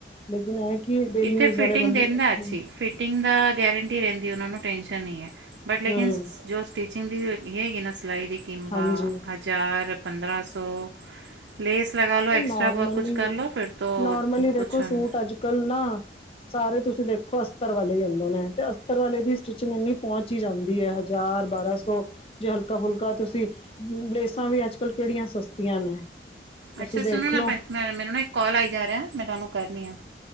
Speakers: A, on the left (about 30°); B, on the right (about 75°).
A: ਲੇਕਿਨ ਇਹ ਕਿ ਡੇਲੀ
B: ਇੱਥੇ
A: ਯੂਜ਼
B: ਫਿਟਿੰਗ
A: ਵਾਲੇ ਬੰ
B: ਦਿੰਦਾ
A: ਉੱਥੇ
B: ਅਸੀਂ ਫਿਟਿੰਗ ਦਾ ਗਰੰਟੀ ਰਹਿੰਦੀ ਦੀ ਉਹਨਾ ਨੂੰ ਟੈਨਸ਼ਨ ਨੀ ਹੈ ਬਟ ਲੇਕਿਨ
A: ਹੂੰ,
B: ਸਸ ਜੋ ਸਟਿਚਿੰ <unintelligible> ਹੈਗੀ ਨਾ ਸਿਲਾਈ ਦੀ ਕੀਮਤ
A: ਹਾਂਜੀ,
B: ਹਜ਼ਾਰ ਪੰਦਰਾਂ ਸੌ ਲੇਸ ਲਗਾ ਲੋ ਐਕਸਟ
A: ਹੂੰ ਨੋਰਮਲੀ
B: ਵਰਕ ਕੁਛ ਕਰ ਲੋ ਫਿਰ ਤੋਂ
A: ਨੋਰਮਲੀ ਦੇਖੋ
B: ਪੁੱਛੋ
A: ਸੂਟ
B: ਨੂੰ
A: ਅੱਜ-ਕੱਲ੍ਹ ਨਾ ਸਾਰੇ ਤੁਸੀਂ ਦੇਖੋ ਅਸਤਰ ਵਾਲੇ ਆਂਦੇ ਨੇ ਤੇ ਅਸਤਰ ਵਾਲੇ ਦੀ ਸਟਿਚਿੰਗ ਇਨੀ ਪਹੁੰਚ ਹੀ ਜਾਂਦੀ ਹੈ ਹਜ਼ਾਰ ਬਾਰਾਂ ਸੌ ਜੇ ਹਲਕਾ ਫੁਲਕਾ ਤੁਸੀਂ ਲੇਸਾਂ ਵੀ ਅੱਜ ਕੱਲ ਕਿਹੜੀਆਂ ਸਸਤੀਆਂ ਨੇ ਤੁਸੀਂ
B: ਅੱਛਾ
A: ਦੇਖ
B: ਸੁਣੋ ਨਾ
A: ਲਓ,
B: ਮੈਨੂੰ ਨਾ ਇੱਕ ਕਾਲ ਆਈ ਜਾ ਰਿਹਾ ਮੈਂ ਤੁਹਾਨੂੰ ਕਰਦੀ ਆ